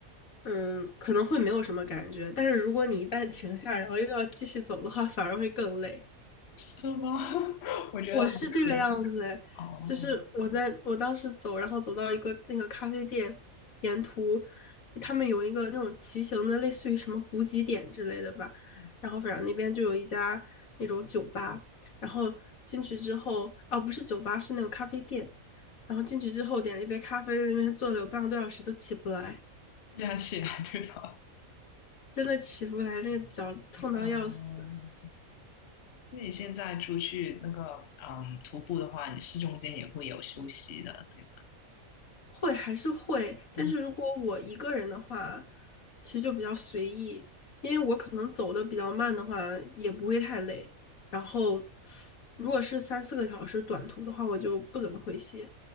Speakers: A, on the left; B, on the left.
A: 嗯，可能会没有什么感觉，但是如果你一旦停下，然后又要继续走的话，反而会更累。
B: 时，是吗？<laughs> 我觉得还可以
A: 我是这个样子诶，
B: 哦，
A: 就是我在我当时走，然后走到一个那个咖啡店，沿途他们有一个那种骑行的，类似于什么补给点之类的吧，
B: 嗯
A: 然后反正那边就有一家那种酒吧，然后进去之后，哦不是酒吧，是那种咖啡店，然后进去之后点了一杯咖啡，在那边坐了有半个多小时都起不来，
B: 这样起来对吧
A: 真的起不来，那个脚痛到要死。
B: <laughs>？嗯，那你现在出去那个嗯徒步的话，你是中间也会有休息的，对吧？
A: 会还是会，但是如果我一个人的话，
B: 嗯。
A: 其实就比较随意，因为我可能走的比较慢的话，也不会太累。然后四如果是三四个小时短途的话，我就不怎么会歇。